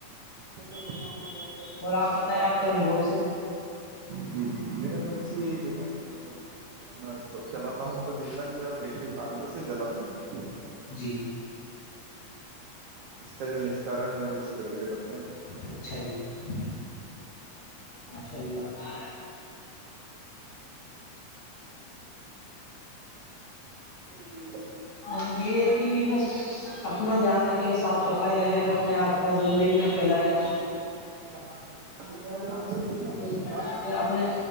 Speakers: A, on the right; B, on the left.
A: بام سے <unintelligible>
B: اور آپ بتائیں آپ کے انوبو سے
A: جی میرا نام اسی دا مطلب <unintelligible> میں سو چلاتا ہوں تو جتنا بھی میرا ویسٹیج مالے میں اس جلاتا نہیں
B: جی
A: اس کا جو نشکارن ہے وہ اچھی طریقے سے کرتے ہیں
B: اچھا ج ماشاء اللہ
A: ج ج
B: م یہ ہے کہ بس اپنا دھیان رکھے صاف صفائی رکھے میں اپنے آپ پانچ بندگی میں پھیلائے
A: وہ ہ اچھا
B: تو اپنے